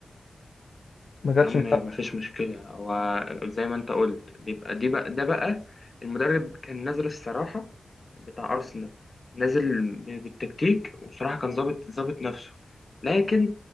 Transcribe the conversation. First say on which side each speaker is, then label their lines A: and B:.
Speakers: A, on the left; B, on the left.
A: ما جاتش
B: عم
A: الملعب
B: ما فيش مشكله هو زي ما انت قلت بيبقى دي بقى ده بقى المدرب كان نازل الصراحه بتاع أرسنال نازل ب- بالتكتيك وصراحة كان ظابط ظابط نفسه لكن